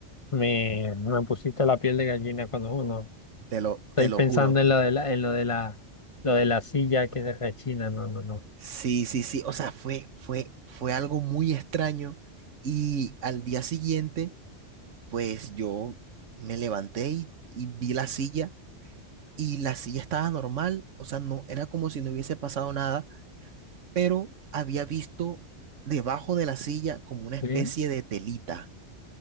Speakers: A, on the left; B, on the right.
A: me, me- me pusiste la piel de gallina cuando uno
B: Te lo,
A: estoy
B: te lo
A: pensando
B: juro.
A: en lo de la, en lo de la, lo de la silla que se rechina, no, no, no.
B: Sí, sí, sí. O sea, fue, fue, fue algo muy extraño. Y al día siguiente, pues yo me levanté y, y vi la silla y la silla estaba normal. O sea, no era como si no hubiese pasado nada, pero había visto debajo de la silla como una especie
A: ¿Sí?
B: de telita,